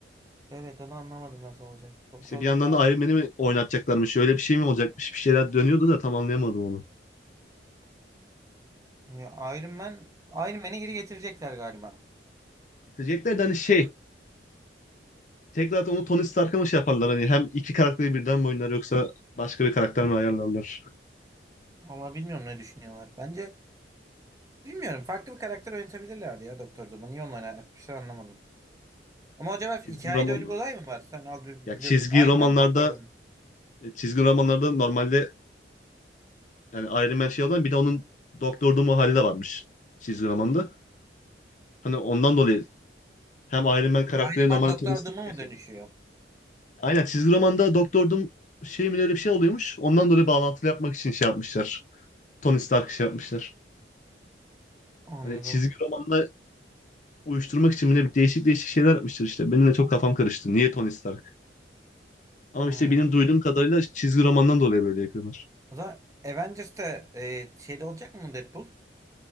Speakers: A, on the right; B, on the left.
A: Evet onu anlamadım nasıl olacak. Doktor
B: İşte bir yandan
A: durumu
B: da
A: olacak.
B: Iron Man'i mi oynatacaklarmış? Öyle bir şey mi olacakmış? Bir şeyler dönüyordu da tam anlayamadım onu.
A: Ya Iron Man Iron Man'i geri getirecekler galiba.
B: Diyecekler de hani şey tekrar onu Tony Stark'a mı şey yaparlar hani hem iki karakteri birden mi oynar yoksa başka bir karakter mi ayarlarlar?
A: Vallahi bilmiyorum ne düşünüyorlar. Bence Bilmiyorum. Farklı bir karakter oynatabilirlerdi ya Doktor Doom'u. Niye onu oynatmışlar anlamadım. Ama acaba
B: Çizgi
A: hikayede
B: roman
A: öyle bir olay mı var? Sen az bi-
B: ya
A: biliyorsun.
B: çizgi
A: Iron
B: romanlarda
A: Man mi Doktor Doom?
B: çizgi romanlarda normalde yani Iron Man şey olan bir de onun Doktor Doom'u hali de varmış çizgi romanda. Hani ondan dolayı Hem Iron Man karakteri
A: Iron
B: normalde
A: Man Doktor
B: tanıştık
A: Doom'a
B: ya
A: mı
B: şeyde.
A: dönüşüyor?
B: Aynen çizgi romanda Doktor Doom şey mi öyle bir şey oluyormuş. Ondan dolayı bağlantılı yapmak için şey yapmışlar. Tony Stark şey yapmışlar.
A: Anladım.
B: Hani çizgi romanla uyuşturmak için bile değişik değişik şeyler yapmışlar işte. Benim de çok kafam karıştı. Niye Tony Stark? Ama
A: Hmm.
B: işte benim duyduğum kadarıyla çizgi romandan dolayı böyle yapıyorlar.
A: O zaman Avengers'te e, şeyde olacak mı Deadpool?